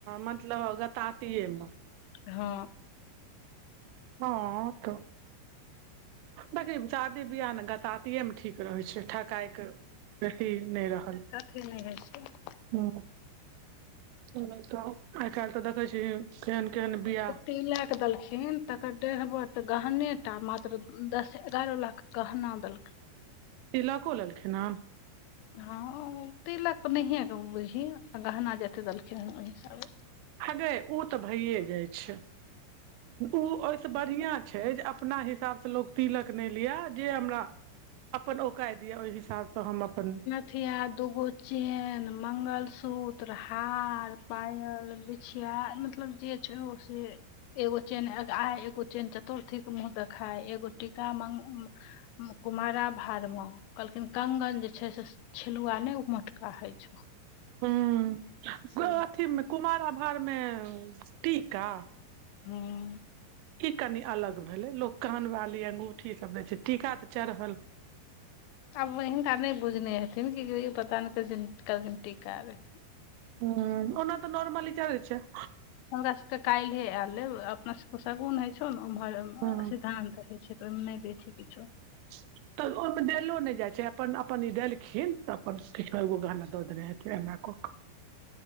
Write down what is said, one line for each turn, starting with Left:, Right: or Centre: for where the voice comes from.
Right: मतलब गतातिए म
Left: धा
Right: हँ त देखी शादी बियाह मे गतातिये मे ठीक रहै छै ठकाायके बेसी नहि रहल
Left: के ल छै <inaudible>
Right: हू आइ काल्हि तऽ देखै छी केहन केहन बियाह
Left: तिनलाख देलखिन तकर डेहर त गहनेटा मात्र दस एगारह लाख गहना देलखिन
Right: तिलको लेलखिन हँ
Left: हँ तिलक नहिए बुझही आ गहना जतेक देलखिन हन ओहि हिसाबे
Right: हेगय ओ त भइए जाइ छै ओ ओ बढ़िआँ छै जे अपना हिसाबसँ लोक तिलक नहि लिया जे हमरा अपन ओऔकाय दिअ ओहि हिसाबसँ हम अपन
Left: बिछिया दूगो चेन मंगलसूत्र हार पायल छिया मतलब जे छै ओ से एगो चेन एगाय एगो चेन चतुर्थी के मुह देखाय एगो टीका मंग कुमारा भार मऽ कहलखिन कंगन जे छै से छिलुआ नहि उमोटका होइ छौ
Right: हूँ अथीमे
Left: से
Right: कुमार आभार मऽ टीका
Left: हँ
Right: ई कनि अलग भेले लोग कान बाली अंगूठी सब दे छै टीका तऽ चढ़ल
Left: आब हिनका नहि बुझने हेथिन क पता नहि क कहलखिन टीका रे
Right: ह ओना तऽ नॉर्मली चलै छै
Left: हमर सभके काल्हिे आयल लेब अपना सभके शगुन होइ छौ ने ओम्हर
Right: हूँ
Left: सिद्धान्त होइ छै त ओमय नहि दे छि किछो
Right: <inaudible> तऽ ओमे देलो नहि जाइ छै अपन अपन ई देलखिन तऽ अपन कि एगो गहाना दऽ देने हेथिे एना को